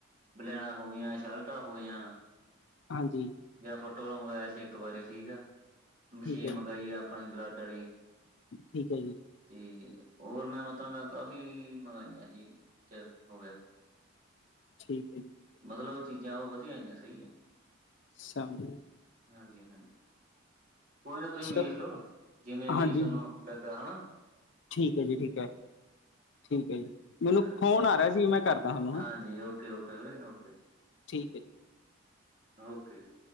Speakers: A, on the right; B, on the left.
A: ਬਲੈਣਾਂ ਹੋ ਗਈਆਂ, ਸ਼ਲਟਾ ਹੋ ਗਈਆਂ
B: ਹਾਂਜੀ
A: ਜਾਂ ਫੁੱਟ ਵਾਲ ਮੰਗਾਇਆ ਸੀ ਇੱਕ ਵਾਰੀ ਠੀਕ ਆ ਮਸ਼ੀਨ
B: ਠੀਕ ਹੈ ਜੀ
A: ਮੰਗਾਈ ਏ ਆਪਨੇ ਬਲੱਡ ਆਲੀ
B: ਠੀਕ ਐ ਜੀ
A: ਤੇ ਹੋਰ ਮੈਂ ਮਤਲਬ ਮੈਂ ਕਾਫੀ ਮੰਗਾਈਆਂ ਸੀ ਚਿਰ ਹੋ ਗਿਆ
B: ਠੀਕ ਏ ਜੀ ਹੈ
A: ਮਤਲਬ ਉਹ ਚੀਜ਼ਾਂ ਉਹ ਵਦੀਆ ਆਈਆਂ ਸਹੀ ਆਈਆ
B: <unintelligible>
A: ਹਾਂਜੀ-ਹਾਂਜੀ ਕੋਈ ਨਾ ਤੁਸੀਂ
B: ਚ
A: ਵੇਖ ਲਓ ਜਿਵੇਂ ਵੀ
B: ਹਾਂਜੀ
A: ਸਾਨੂੰ ਲੱਗਾ ਹੈਨਾ
B: ਠੀਕ ਏ ਜੀ ਠੀਕ ਏ ਠੀਕ ਏ ਜੀ ਮੈਨੂੰ
A: ਹਾਂਜੀ
B: ਫ਼ੋਨ
A: ਹਾਂਜੀ
B: ਆ ਰਿਹਾ ਸੀ ਮੈਂ ਕਰਦਾ ਥੋਨੂੰ
A: ਹਾਂਜੀ
B: ਹੈੰ
A: ਓਕੇ ਓਕੇ ਵੀਰੇ ਓਕੇ
B: ਠੀਕ ਏ ਜੀ
A: ਓਕੇ ਜੀ